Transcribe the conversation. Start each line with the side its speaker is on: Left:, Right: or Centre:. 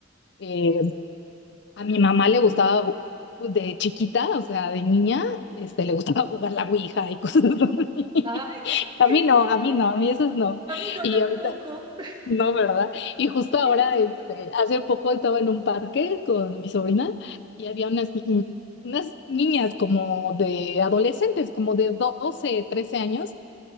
Left: eh, a mi mamá le gustaba, pues, de chiquita, o sea, de niña, este, le gustaba jugar la ouija y cosas así.
Right: Ay,
Left: <laughs> A
Right: qué
Left: mí no,
Right: susto.
Left: a mí no, a mí esos no.
Right: A mí no
Left: Y
Right: tampoco.
Left: ahorita,
Right: <laughs>
Left: no, ¿verdad? Y justo ahora,
Right: Qué susto.
Left: este, hace poco estaba en un parque con mi sobrina y había unas, ni- unas niñas como de adolescentes, como de 12 13 años.